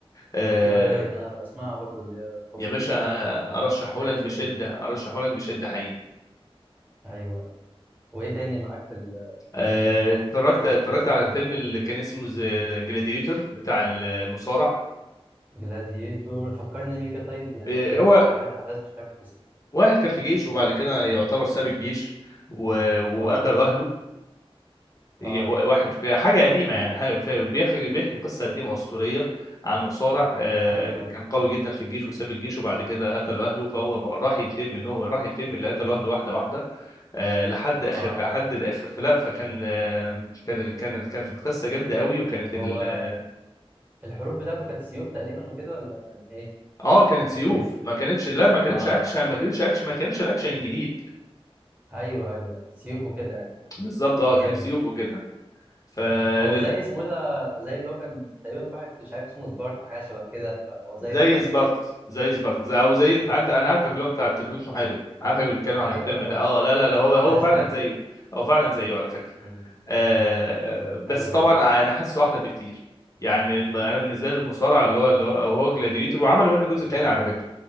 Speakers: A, on the left; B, on the right.
A: آه
B: لا راي انا بسمعها برضو اللي هي هوبيت
A: يا باشا
B: دي ان انا
A: انا ارشحهولك
B: ما سمعتهاش
A: بشده
B: تقريبا
A: ارشحهولك بشده حقيقي
B: ايوه وايه تاني معاك في ال-
A: آه،
B: الخط
A: اتفرجت
B: كده نفس
A: اتفرجت
B: الحاجات
A: على الفيلم
B: دي
A: اللي كان اسمه جلاديتور بتاع ال- المصارع
B: جلاديتور فكرني بيه كده طيب يعني
A: آه،
B: ممكن
A: هو
B: ابقى عارف الاحداث بس مش عارف الاسم
A: واحد كان في جيش وبعد كده يعتبر ساب الجيش و- وقتل
B: اه
A: اهله
B: اه
A: ي- و- واحد في حاجة قديمة يعني حاجة في بيحكي بيحكي قصة قديمة أسطورية عن مصارع آه،
B: ايوه
A: كان قوي جدا في الجيش وساب الجيش وبعد كده قتلوا أهله فهو راح ينتقم منهم راح ينتقم من اللي قتلوا أهله واحدة واحدة آه، لحد آخر
B: اه
A: لحد
B: اه
A: الآخر فلا فكان آه، كان ال- كان ال- كانت القصة جامدة قوي وكانت
B: هو
A: ال
B: الحروب بتاعته كانت سيوف تقريبا وكده ولا كان ايه
A: اه كانت سيوف
B: مش فاكر
A: ما كانتش لا ما كانتش
B: اه
A: أكشن ما كانتش أكشن ما كانش الأكشن الجديد
B: ايوه ايوه سيوف وكده يعني
A: بالظبط اه
B: جامد
A: كانت سيوف وكده فلل
B: هو زي اسمه ايه ده زي اللي هو كان تقريبا في واحد مش عارف اسمه سبارتا حاجه شبه كده فهو زي
A: زي
B: ده ولا
A: سبارتس زي سبارتس زي- او زي انت عندك انا عارفك اللي هو بتاع التلفوت محارب عارفك بنتكلم عن
B: ايوه
A: الفيلم
B: هو
A: ده اه
B: ده
A: لا لا
B: <laughs>
A: لا هو هو
B: انا
A: فعلا
B: سمعت ده
A: زيه هو فعلا زيه على فكره
B: مم.
A: آه بس
B: حلو
A: طبعا
B: جدا
A: انا حاسه احلى بكتير يعني الم- انا بالنسبه لي المصارع اللي هو اللي هو أو هو جلاديتور وعملوا منه جزء تاني على فكره